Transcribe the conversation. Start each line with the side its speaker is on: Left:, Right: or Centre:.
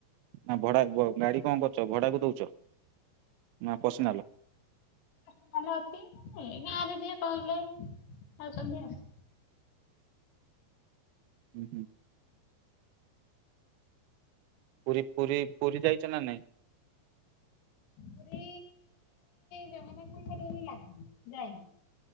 Right: ନା ଭଡା ଗାଡି କଣ କରୁଛ ଭଡାକୁ ଦଉଛ ନା ପସିିନାଲ?
Left: ଅଛି ଭଲ ଅଛି ଏ ଗାଁରେ ଯିଏ କହିଲେ ଆଉଛନ୍ତି ଆଉ।
Right: ହୁଁ ହୁଁ। ପୁରୀ ପୁରୀ ପୁରୀ ଯାଇଛ ନା ନାଇଁ?
Left: ପୁରୀ ଜଗନ୍ନାଥଙ୍କ ଡୋରି ଲାଗିନି ଯାଇନି।